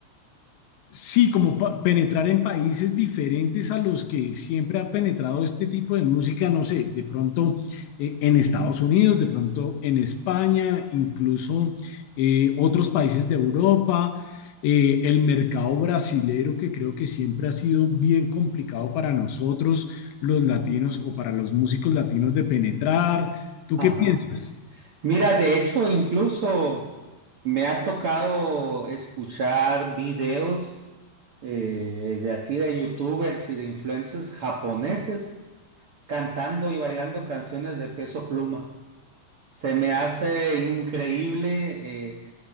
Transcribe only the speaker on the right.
Ajá.
Mira, de hecho, incluso me ha tocado escuchar videos eh, de así de youtubers y de influencers japoneses cantando y bailando canciones de Peso Pluma. Se me hace increíble eh,